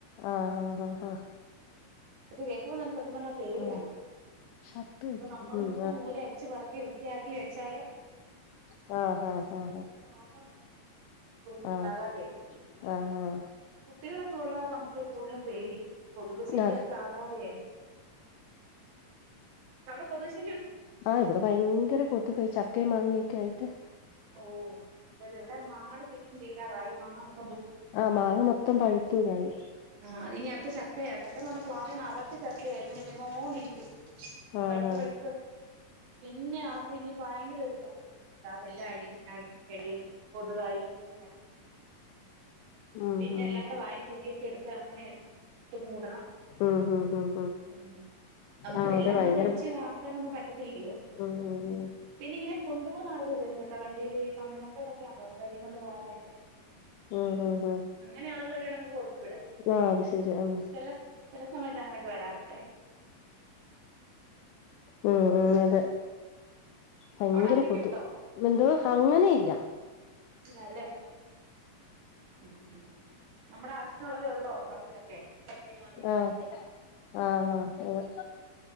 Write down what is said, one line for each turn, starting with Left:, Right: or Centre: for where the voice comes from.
Left: ആഹ് ആഹ് ആഹ് ആ
Right: ഇക്കെ കേൾക്കുമ്പോ തന്നെ സത്യം പർഞ്ഞാ പേടിയാണ്
Left: ആഹ് ഷർട്ട് തയ്ക്കണം
Right: അപ്പൊ നമ്മള്
Left: ഉം
Right: മുക്കും മൂലേം അരിച്ചു പറക്കി വൃത്തിയാക്കി വെച്ചാല്
Left: ആഹ് ആഹ് ആഹ്
Right: ഇതൊക്കെ
Left: ആഹ്
Right: നോക്കാമ്പറ്റ് അസൂഖൊന്നുണ്ടാകാതെയേ
Left: ആഹ് ആഹ് ആഹ്
Right: ഈ കു കുട്ടികളൊക്കെ ഒള്ളകാർണം നമുക്ക് കൂടുതലും പേടി കൊതുകുശല്ല്യൊക്കെ
Left: അതെ
Right: ആകാതെയേ ട്ടവിടെ കൊതുകുശ
Left: ആ ഇവിടെ ഭയങ്കര കൊതുകാ ഈ ചക്കയും മാങ്ങൊക്കെ ആയിട്ട്
Right: ഓ അതേതെ ഇവിടെ മാങ്ങാടെ സീസൺ തീരാറായി മാങ്ങാമൊത്
Left: ആ മാങ്ങ മൊത്തം പഴുത്തുതായി
Right: ആ ഇനി അടുത്ത ചക്കയാ ചക്കേന്നു പറഞ്ഞാ പ്ലാവേ നറച്ച് ചക് ക്കയാ ഇങ്ങനെ വീണോണ്ടിരിക്കും
Left: ആഹ്
Right: പഴുത്ത്
Left: ആഹ്
Right: പഴുത്ത് പിന്നെ അ അപ്പൊ ഇനി ഭയങ്കര ഒരു പ്രശ്ന <unintelligible> അതെല്ലാം അഴുകി അഴുകി അഴുകി കൊതുകായി ഈച്ചയായി
Left: ഉം
Right: പിന്നെ
Left: ഉം
Right: എല്ലാംകൂടെ വാരി കുഴിയൊക്കെ എടുത്ത് അങ്ങനെയാ ഇട്ട് മൂടണം
Left: ഉം ഉം ഉം
Right: ഉം നമുക്കിതെല്ലാം
Left: ആഹ് അതെ ഭയങ്കര
Right: കൂടെ പറിച്ച് ആക്കാനൊന്നും പറ്റത്തില്ലല്ലോ
Left: ഉം ഉം
Right: പിന്നെ ഇങ്ങനെ കൊ ണ്ടുപോന്ന ആളുകള് വരും കേട്ടോ വണ്ടീല് ഈ തമിഴ്നാട്ടിലോട്ടൊക്കമ്യ തോന്നന്ന് കയറ്റിക്കൊണ്ട് പോകാനായിട്ട്
Left: മ് മ്
Right: അങ്ങനെ ആളുകള് വരുവാണെ നമുക്ക് കൊടു ത്തുവിടാര്
Left: ആഹ് അത് ശരി ഉം
Right: ചെല ചെല സമയത്ത് അങ്ങനൊക്കെ വരാറൊണ്ടേ
Left: ഉം ഉം അതെ ഭയ്ങ്കര
Right: അവിടെ അങ്ങനെയൊക്കെ
Left: കൊതു
Right: ഉണ്ടോ
Left: മെന്തോ അങ്ങനെയില്ല
Right: ഇല്ലാല്ലേ ഉം ഉം നമ്മുടെ അശിനുള്ളതേ ഉള്ളോറ ൊക്കെ ചക്ക മാങ്ങിയക്കെ
Left: ആഹ് ആഹ് ആഹ് അതെ